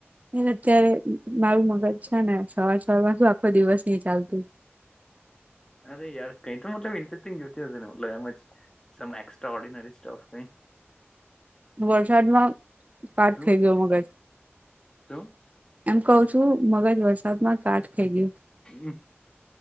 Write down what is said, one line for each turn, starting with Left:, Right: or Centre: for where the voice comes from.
Right: એ અત્યારે મારું મગજ છે ને સવાર સ માં શું આખો દિવસ ન ચાલતું
Left: અરે યાર કઈ તો મતલબ ઇન્ટરેસ્ટિંગ જોતી હશે ને મતલબ એમ જ સમ એક્સ્ટ્રા ઓર્ડિનરી સ્ટફ કઈ
Right: વરસાદમાં કાટ
Left: શું
Right: થઇ ગયો મગજ
Left: શું
Right: એમ કહ છું મગજ વરસાદમાં કાઠ થઈ ગયું
Left: હ